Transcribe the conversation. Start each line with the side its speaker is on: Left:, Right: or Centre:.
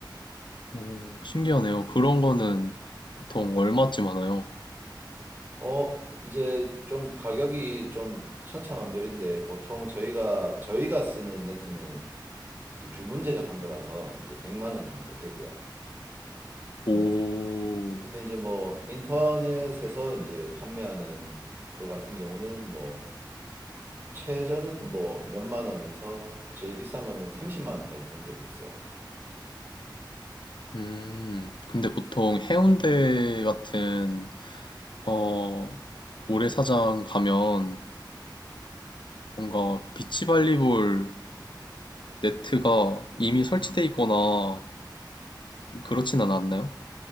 Left: 오, 신기하네요. 그런 거는 보통 얼마쯤 하나요?
Right: 어, 이제 좀 가격이 좀 천차만별인데 보통 저희가 저희가 쓰는 네트는 이제 주문 제작한 거라서 이제 100만 원 정도 되고요. 근데
Left: 오,
Right: 이제 근데 이제 뭐 인터넷에서 이제 판매하는 거 같은 경우는 뭐 최저는 뭐 몇만 원에서 제일 비싼 거는 30만 원까지 본 적이 있어요.
Left: 음, 근데 보통 해운대 같은 어, 모래사장 가면 뭔가 비치발리볼 네트가 이미 설치돼 있거나 그렇지는 않나요?